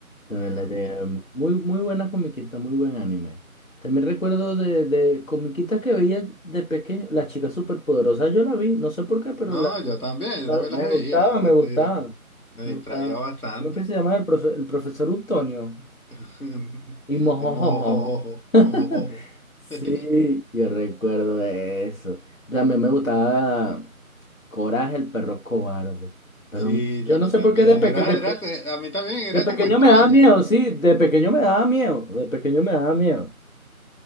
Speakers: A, on the left; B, on the left.
A: También
B: Nada,
A: la llegué
B: o sea.
A: a ver. Muy, muy buena comiquita, muy buen anime. También recuerdo de, de comiquitas que veía de pequeño. La chica superpoderosa yo la vi, no sé por qué, pero
B: No,
A: la,
B: yo también, yo
A: la-
B: también
A: me
B: las veía.
A: gustaba,
B: de-
A: me gustaba.
B: de- Me
A: Me
B: distraía
A: gustaba.
B: bastante.
A: ¿Cómo que se llamaba el, profe- el profesor Utonio?
B: <laughs>
A: Y mojojojo.
B: De mojojojo,
A: <laughs>
B: mojojojo.
A: Sí,
B: <laughs>
A: yo recuerdo de eso. También me gustaba Coraje, el perro cobarde. Pero
B: Sí,
A: yo
B: a
A: no
B: mí
A: sé
B: también.
A: por qué de, peque-
B: Era,
A: de
B: era,
A: pe-
B: que- a mí también era
A: de pequeño
B: como extraña.
A: me daba miedo, sí, de pequeño me daba miedo, de pequeño me daba miedo.